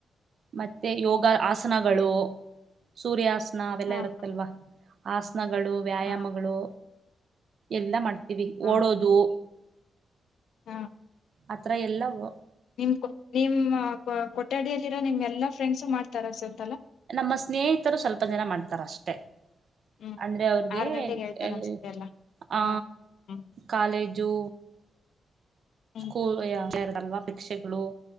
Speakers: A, on the right; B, on the left.
A: ಮತ್ತೆ ಯೋಗ ಆಸನಗಳು ಸೂರ್ಯಾಸ್ ನಾವೆಲ್ಲ
B: ಹಾ
A: ಇರುತ್ತಲ್ವಾ
B: ಹಾ
A: ಆಸನಗಳು ವ್ಯಾಯಾಮಗಳು
B: ಹಾ
A: ಎಲ್ಲ ಮಾಡ್ತೀವ
B: ಹಾ
A: ಓಡೋದು
B: ಹಾ
A: ಅತ್ರಾಯಲ್ಲ ವೂ
B: ನಿಮ್ ಕೊ ನಿಮ್ ಕೊ ಕೊ ಕೊಠಡಿಯಲ್ಲಿರೋ ನಿಮ್ ಎಲ್ಲಾ ಫ್ರೆಂಡ್ಸು ಮಾಡ್ತಾರ ಸರ್.
A: ನಮ್ಮ ಸ್ನೇಹಿತರು ಸ್ವಲ್ಪ ಜನ ಮಾಡ್ತಾರ ಅಷ್ಟೆ.
B: ಹ್ಮ್
A: ಅಂದ್ರೆ ಅವ್ರಿಗೆ
B: ಆರ್
A: ಯ
B: ಗಂಟೆಗೆ ಹೇಳ್ತಾರ ಅನ್ಸುತ್ತೆ
A: ಯ
B: ಎಲ್ಲ
A: ಆ
B: ಹಾ ಹ್ಮ್
A: ಕಾಲೇಜು
B: ಹ್ಮ್
A: ಸ್ಕೂಲ್ <unintelligible> ಭಿಕ್ಷೆಗಳು.